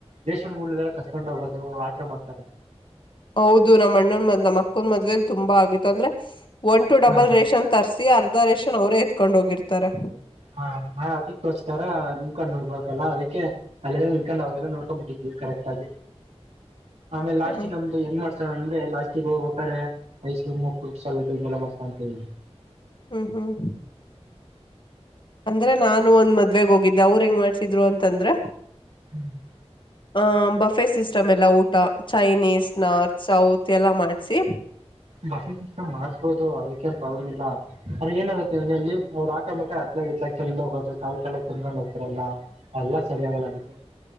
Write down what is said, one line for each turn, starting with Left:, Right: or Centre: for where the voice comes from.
Right: ರೇಷನ್ ಉಳದದ್ರಲ್ಲಿ ಕದಡ್ಕೊಂಡು ಹೋಗೋದು ಆತರ ಮಾಡ್ತಾರೆ.
Left: ಹೌದು ನಮ್ಮ ಅಣ್ಣನ ಮದ್ ನಮ್ಮ ಮಕ್ಕಳ ಮದ್ವೆೇಲ್ ತುಂಬಾ ಆಗಿತ್ತು ಅಂದ್ರೆ.. <inaudible> ಒನ್ ಟು ಡಬಲ್
Right: ಹಾ
Left: ರೇಷನ್ ತರಿಸಸು. ಪ್ರ ಅರ್ಧ ರೇಷನ್ ಅವರೇ ಎತ್ಕೊಂಡ್ ಹೋಗಿರ್ತಾರೆ.
Right: ಹಾ.. ! ಹಾ.. ! ಅದಕ್ಕೋಸ್ಕರ ನಿನ್ಕೊಂಡು ನೋಡ್ಬಲ್ಲ ಅದಕ್ಕೆ ಅಲ್ಲಲ್ಲ ನಿಡ್ಕೊಂಡು ಅವಾಗೆಲ್ಲ ನೋಡ್ಕೊಂಡ್ ಬಿಟ್ಟಿದ್ವಿ ಕರೆಕ್ಟ್ ಆಗಿ. ಆಮೇ ಲಸ್ಟ್
Left: ಹ
Right: ನಮ್ದು ನ್ ಮಾಡ್ತಾರೆ. ಅಂದ್ರೆ ಲಾಸ್ಟಿಗೆ ಹೋಗ್ಬೇಕ್ರೆ ಐಸ್ ಕ್ರೀಮ್ ಫ್ರೂಟ್ಸ್ ಅಲ್ಲ ಮಸ್ತ ಅಂತ ಹೇಳಿ.
Left: ಹ್ಮ್! ಹ್ಮ್! ಅಂದ್ರೆ ನಾನು ಒಂದ್ ಮದ್ವೆಗ್ ಹೋಗಿದ್ದೆ ಅವ್ರ ಹೆಂಗ್ ಮಾಡ್ಸಿದ್ರು ಅಂತಂದ್ರ?
Right: ಹ್ಮ್. !
Left: ಆಹ.. ! ಬಫೆ ಸಿಸ್ಟಮ್ ಎಲ್ಲ ಊಟ ಚೈನೀಸ್, ನಾರ್ತ್, ಸೌತ್, ಎಲ್ಲ ಮಾಡ್ಸಿ.
Right: ಬ ಮಾಡಸ್ಬೋದು ಅದಕ್ಕೇನ್ ಪ್ರಾಬ್ಲಮ್ ಇಲ್ಲ ಆದ್ರ ಏನಾಗುತ್ತೆಲ್ಲಿ ಅವ್ರು ಅಕಬೇಕು ಮಟ ಅತ್ಲ ಇತ್ಲ ಕೆಲ್ ಹೋಗೋದು ಕಾಳ ಕ ಕುನ್ಕೊಂಡ್ ಹೋಗ್ತಾರಲ್ಲಾ ಎಲ್ಲಾ ಸರಿಯಾಗಲ್ಲಗೆ